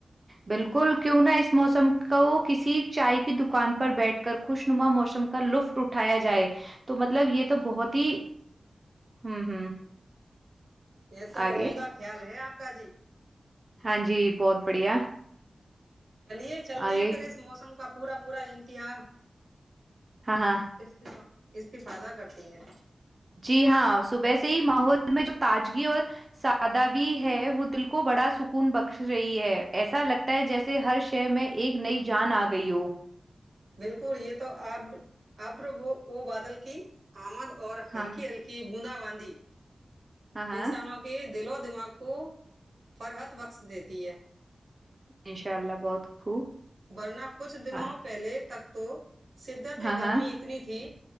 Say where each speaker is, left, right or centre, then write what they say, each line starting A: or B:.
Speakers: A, on the right; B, on the right.
A: بالکل کیوں نہ اس موسم کو کسی چائے کی دکان پر بیٹھ کر خوش نما موسم کا لطف اٹھایا جائے تو مطلب یہ تو بہت ہی ہوں ہوں
B: یہ تو
A: آگے
B: عمدہ خیال ہے آپ کا جی
A: ہاں جی بہت بڑھیا
B: چلیے چلتے
A: آگے
B: ہیں پھر اس موسم کا پورا پورا امتیہا
A: ہاں ہاں
B: استف استفادہ کرتی ہیں
A: جی ہاں صبح سے ہی ماحول میں جو تاذگی اور سادہ بھی ہے وہ دل کو بڑا سکون بخش رہی ہے ایسا لگتا ہے جیسے ہرشئےمیں ایک نئی جان آ گئی ہو
B: بالکل یہ تو اب اب وہ ا بادل کی آمد اور ہلکی
A: ہاں
B: ہلکی کی بوندا باندی
A: ہاں ہاں
B: انسانوں کو کے دل و دماغ کو فرحت بخش دیتی ہے
A: انشاء اللہ بہت خوب
B: ورنہ کچھ دنوں
A: ہاں
B: پہلے تک تو شدت
A: ہاں
B: گرمی
A: ہاں
B: اتنی تھی